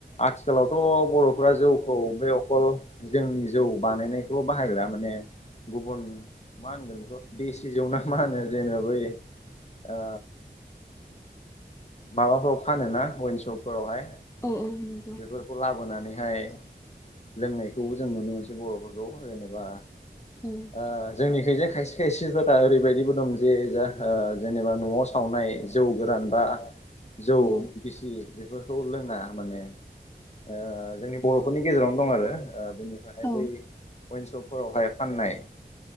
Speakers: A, on the left (about 40°); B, on the left (about 15°).
A: आथिखालावथ'बर' फुरा जौखौ बे अखल जोंनि जौ बानायनायखौल बाहायला माने गुबुन मा होनगोन बेखौ देसि जौना मा होनो जेनेबा बै ओ माबाफोराव फानोना वइनसप फोरावहाय
B: औ औ नंगौ।
A: बेफोरखौ लाबोनानै बेहाय लोंनायखौबो जों नुनो मोनसै बरफोरखौ जेनेबा
B: औ
A: ओ जोंनि खैजा खायसे खायसेफोरा ओरैबायदिबो दं जे जा जेनेबा नआव सावनाय जौ गोरानबा जौ
B: उम
A: गिसि बेफोरखौ लोंना माने ओ जोंनि बर'फोरनि गेजेरावनो दं आरो ओ बेनिफ्रायहाय
B: औ
A: बै अइन्सप फोरावहाय फाननाय